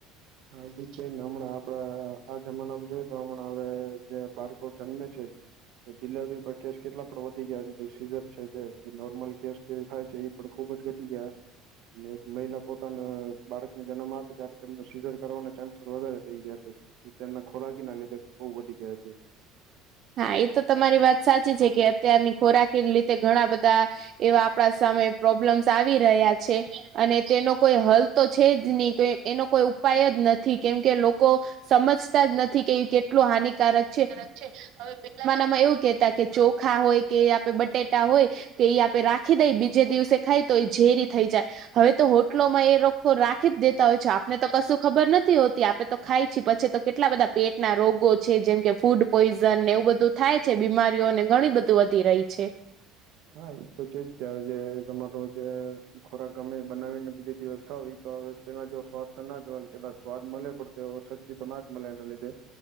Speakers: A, on the right; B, on the right.
A: હા એ બી છે ન હમણાં આપડા આ આ જમાનામાં જોય તો હમણાં હવે જે બાળકો જન્મે છે. તે ડિલવરી પર કેસ કેટલા પણ વધી ગયા છે જે સીઝર છે જે જે નોર્મલ કેસ જે થાય છે ઈ પણ ખુબ જ ઘટી ગયા અને એક મહિલા પોતાના બાળકને જન્મ આપે ત્યારે તેમને સીઝર કરવાના ચાન્સ વધારે થઈ ગયા છે ઈ તેમના ખોરાકીના લીધે બહુ વધી ગયા છે.
B: હા એ તો તમારી વાત સાચી છે કે અત્યારની ખોરાકી ન લીધે ઘણા બધા એવા આપણા સામે પ્રોબ્લેમ્સ આવી રહ્યા છે અને તેનો કોઈ હલ તો છે જ ની કંઈ એનો કોઈ ઉપાય જ નથી કેમકે લોકો સમજતા જ નથી કે ઈ કેટલું હાનિકારક
A: કારક છે હવે પેલા તો.
B: માં એવું કેતા કે ચોખા હોય કે આપડે બટેટા હોય. કે ઈ આપે રાખી દેઈ બીજે દિવસે ખાય તો એ ઝેરી થઈ જાય હવે તો હોટલોમાં એ રોક ો રાખી જ દેતા હોય છે આપને તો કશું ખબર નથી હોતી આપે તો ખાયી છે પછી તો કેટલા બધા પેટના રોગો છે જેમ કે ફૂડ પોઈઝ <unintelligible> ને એવું બધું થાય છે બીમારીઓને ઘણી બધું વધી રહી છે.
A: હા એ તો છે જ કે જે તમારો જે ખોરાક અમે બનાવીને બીજે દિવસ ખાવો ઈ તો હવે પેલા જેવો સ્વાદ તો ના જ મલે કદાચ સ્વાદ મલે પડ તેવો શક્તિ તો ના જ મલે એના લીધે.